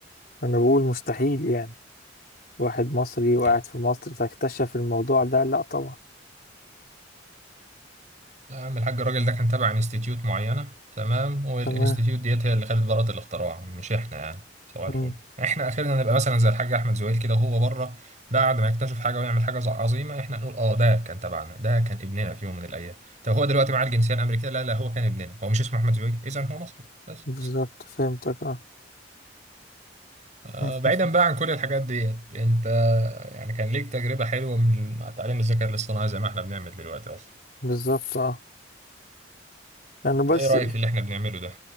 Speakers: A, on the left; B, on the right.
A: انا بقول مستحيل يعني واحد مصري وقاعد
B: لا
A: في مصر فاكتشف الموضوع ده لا طبعا
B: لا يا عم الحاج الراجل ده كان تابع انستيتيوت معينة تمام والانستيتيوت
A: تمام
B: ديت هي اللي خدت براءة الاختراع مش احنا يعني صباح الفل
A: امم
B: احنا اخرنا نبقى مثلا زي الحاج احمد زويل كده وهو بره بعد ما يكتشف حاجه ويعمل حاجه عظيمه احنا نقول اه ده كان تبعنا ده كان ابننا في يوم من الايام طب هو دلوقتي معاه الجنسيه الامريكيه لا لا هو كان ابننا هو مش اسمه احمد زويل اذا هو مصري بس
A: بالظبط فهمتك اه
B: آه،
A: <laughs>
B: بعيدا بقى عن كل الحاجات ديت انت يعني كان ليك تجربة حلوة من مع تعليم الذكاء الاصطناعي زي ما احنا بنعمل دلوقتي اصلا
A: بالظبط اه انا بس
B: ايه رأيك في اللي احنا بنعمله ده